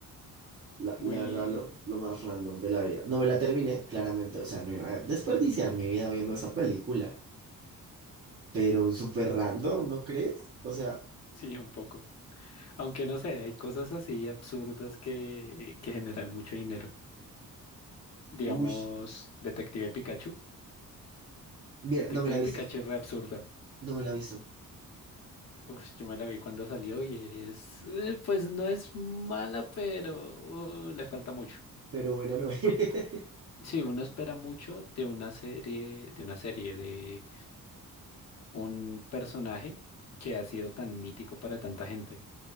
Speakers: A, on the right; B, on the left.
A: La,
B: Muy...
A: la verdad, lo, lo más random de la vida. No me la terminé, claramente. O sea, no iba a desperdiciar mi vida viendo esa película. Pero súper random, ¿no crees? O sea,
B: Sí, un poco. Aunque no sé, hay cosas así absurdas que, que generan mucho dinero. Digamos,
A: uff.
B: Detective Pikachu.
A: Mira,
B: Detective
A: no me la he visto.
B: Pikachu es re absurda.
A: No me la he visto.
B: Uf, yo me la vi cuando salió y es... eh, Pues no es mala, pero uh, le falta mucho.
A: Pero bueno, no. <laughs>
B: Sí, uno espera mucho de una serie, de una serie de un personaje que ha sido tan mítico para tanta gente.